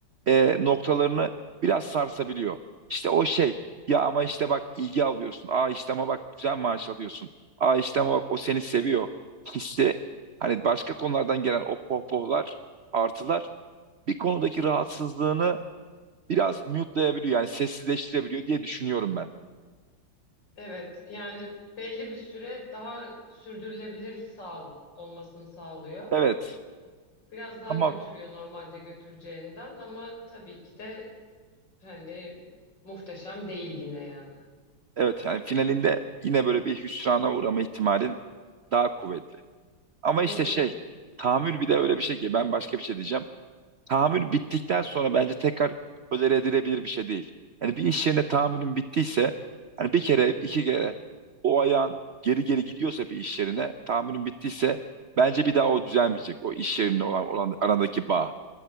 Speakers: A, on the right; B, on the left.
A: e, noktalarını biraz sarsabiliyor. İşte o şey ya ama işte bak ilgi alıyorsun. Aa işte ama bak güzel maaş alıyorsun. Aa işte ama bak o seni seviyor. Hissi hani başka konulardan gelen o pohpohlar, artılar bir konudaki rahatsızlığını biraz mute'layabiliyor yani sessizleştirebiliyor diye düşünüyorum ben.
B: Evet, yani belli bir süre daha sürdürülebilir sağ olmasını sağlıyor.
A: Evet.
B: Biraz daha
A: Ama
B: götürüyor normalde götüreceğinden ama tabii ki de hani muhteşem değil yine yani.
A: evet yani finalinde yine böyle bir hüsrana uğrama ihtimalin daha kuvvetli. Ama
B: Hı
A: işte
B: hı.
A: şey tahammül bir de öyle bir şey ki ben başka bir şey diyeceğim. Tahammül bittikten sonra bence tekrar tolere edilebilir bir şey değil. Yani bir iş yerine tahammülün bittiyse hani bir kere iki kere o ayağın geri geri gidiyorsa bir iş yerine tahammülün bittiyse bence bir daha o düzelmeyecek. O iş yerinde olan, olan arandaki bağ